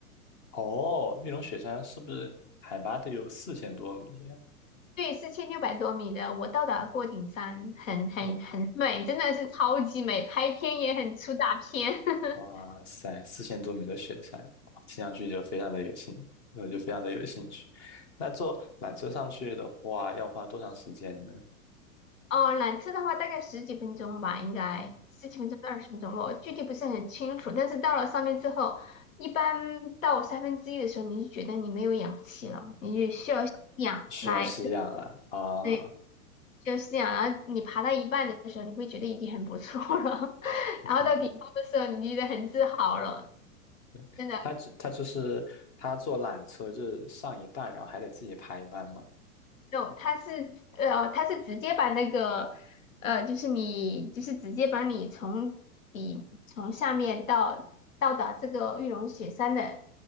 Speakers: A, on the left; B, on the left.
A: 哦，玉龙雪山是不是海拔得有四千多米呀？
B: 对，四千六百多米的，我到达过顶山，很很很美，
A: 哦，
B: 真的是超级美，拍片也很出大片。<laughs>
A: 哇塞，四千多米的雪山，哇听上去就非常的有兴，我就非常的有兴趣。那坐缆车上去的话，要花多长时间呢？
B: 哦，缆车的话大概十几分钟吧，应该十几分钟到二十分钟，我具体不是很清楚。但是到了上面之后，一般到三分之一的时候，你就觉得你没有氧气了，你就需要吸氧来。
A: 需要试样了啊，
B: 对，就是这样。然后你爬到一半的时候，你会觉得已经很不错了，<laughs>
A: 嗯哼，
B: 然后到顶峰的时候，你就觉得很自豪了，
A: 对，
B: 真的。
A: 他只他就是他坐缆车就是上一半，然后还得自己爬一半吗？
B: no，它是呃，它是直接把那个呃，就是你就是直接把你从底从下面到到达这个玉龙雪山的